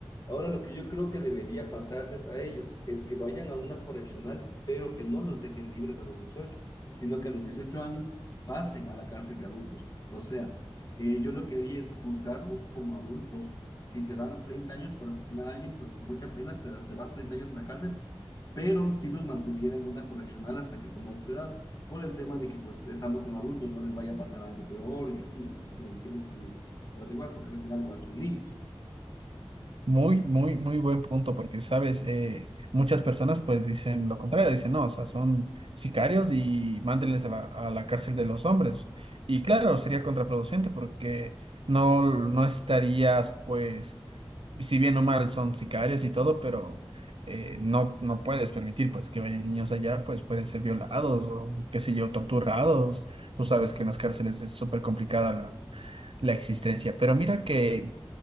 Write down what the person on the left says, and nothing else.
Ahora lo que yo creo que debería pasarles a ellos es que vayan a una correccional, pero que no los dejen libres a los 18, sino que a los 18 años pasen a la cárcel de adultos. O sea, eh, yo lo que haría es juzgarlos como adultos. Si te dan 30 años por asesinar a alguien, pues mucha pena, te, te vas 30 años a la cárcel, pero si los mantuviera en una correccional hasta que tengan su edad, por el tema de que pues estando como adultos no les vaya a pasar algo peor y así, o sea, si me entiendes, como igual, porque al final igual son niños.